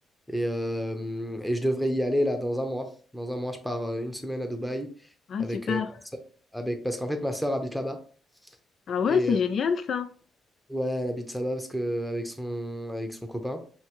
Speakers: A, in the centre; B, on the left.
A: Et, euh, et je devrais y aller là dans un mois. Dans un mois, je pars euh, une semaine à Dubaï
B: Ah
A: avec,
B: super.
A: euh, ma sœur- avec parce qu'en fait ma sœur habite là-bas
B: Ah ouais,
A: et
B: c'est
A: euh,
B: génial ça.
A: ouais, elle habite là-bas parce que avec son avec son copain